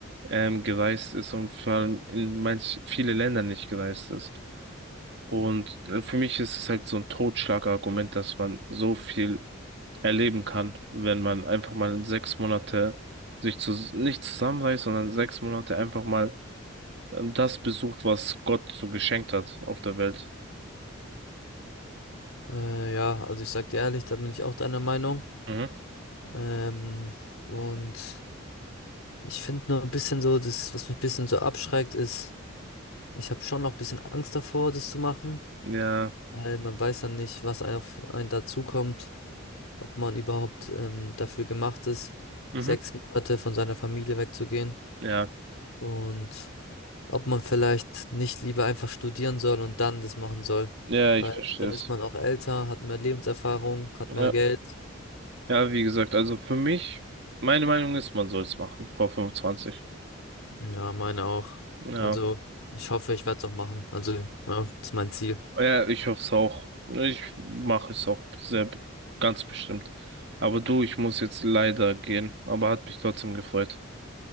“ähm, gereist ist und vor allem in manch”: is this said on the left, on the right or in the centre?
Right